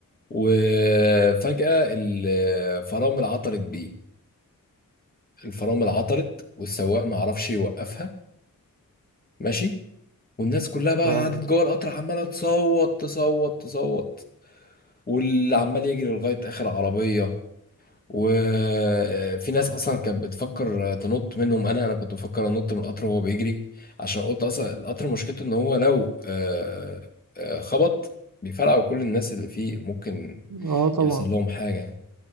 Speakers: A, on the left; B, on the right.
A: وفجاه الفرامل عطلت بيه الفرامل عطلت والسواق ما عرفش يوقفها ماشي والناس كلها بقى
B: فاهمك.
A: قعدت جوه القطر عماله تصوت تصوت تصوت واللي عمال يجري لغايه اخر عربيه وفي ناس اصلا كانت بتفكر تنط منهم انا انا كنت بفكر انط من القطر وهو بيجري عشان قلت اصلا القطر مشكلته ان هو لو آه، آه، خبط بيفرقع وكل الناس اللي فيه ممكن
B: اه طبعا
A: يحصل لهم حاجه يعني